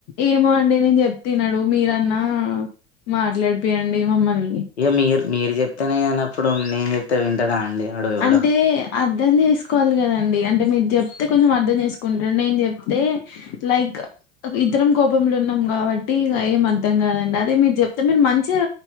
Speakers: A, on the left (about 55°); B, on the left (about 75°).
A: ఏమో అండి నేను చెప్ తినడు మీరన్నా మాట్లాడిపీయండి మమ్మల్ని
B: ఇక మీరు మీరు చెప్తేనే వినినప్పుడు నేను చెప్తే వింటాడా అండి వాడు ఎవడో
A: అంటే అర్థం చేసుకోవాలి కదండి డి అంటే మీరు చెప్తే కొంచెం అర్థం చేసుకుంటడు నేను చెప్తే లైక్ ఇద్దరం కోపంలో ఉన్నం కాబట్టి ఇక ఏం అర్ధం కాదండి అదే మీరు చెప్తే మీరు మంచిగా